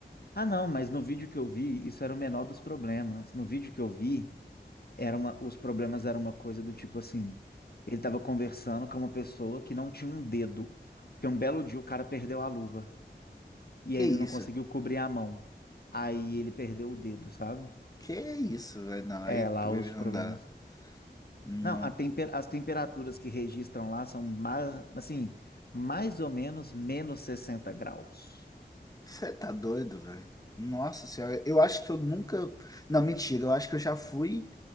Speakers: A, on the left (about 60°); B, on the left (about 20°).
A: Ah, não, mas no vídeo que eu vi, isso era o menor dos problemas. No vídeo que eu vi. era uma, os problemas eram uma coisa do tipo assim, ele estava conversando com uma pessoa que não tinha um dedo, porque um belo dia o cara perdeu a luva e
B: Que
A: aí
B: isso?
A: ele não conseguiu cobrir a mão. Aí ele perdeu o dedo, sabe?
B: Que isso, velho? Não, aí
A: É, lá os
B: não
A: problemas.
B: dá. Não.
A: Não, a temper, as temperaturas que registram lá são mais, assim, mais ou menos menos 60 graus.
B: Você tá doido, velho? Nossa senhora, eu acho que eu nunca. Não, mentira, eu acho que eu já fui.